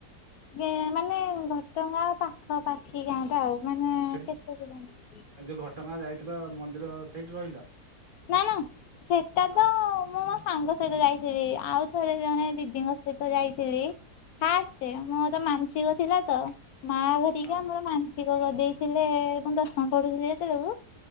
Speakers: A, on the left (about 70°); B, on the right (about 35°).
A: ଗେ ମାନେ ଘଟଗାଁ ପାଖାପାଖି ଗାଁଟା ଆଉ। ମାନେ
B: ସେଠି ଛ୍
A: କେତେ କିଲୋମିଟର
B: ଏଇ ଯୋଉ ଘଟଗାଁ ଯାଇଥିଲ ମନ୍ଦିର ସେଇଠି ରହିଲ?
A: ନା ନା ସେଟା ତ
B: ଆଉ
A: ମୁଁ ମୋ ସାଙ୍ଗ ସହିତ ଯାଇଥିଲି ଆଉ ଥରେ ଜଣେ ଦିଦିଙ୍କ ସହିତ ଯାଇଥିଲି। ଫାଷ୍ଟେ ମୋର ମାନସିକ ଥିଲା ତ। ମା ହରିକା
B: ହଁ
A: ମୋର ମାନସିକ କରିଦେଇଥିଲେ ମୁଁ ଦଶମ ପଢୁଥୁଲି ଯେତୋଳୁକୁ